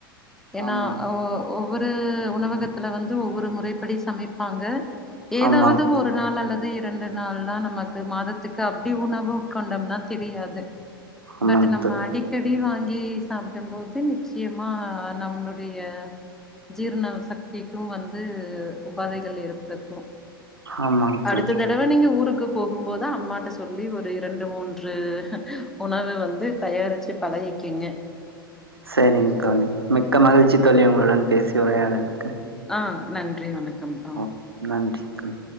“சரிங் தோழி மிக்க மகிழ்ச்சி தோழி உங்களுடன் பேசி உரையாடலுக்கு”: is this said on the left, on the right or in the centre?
Right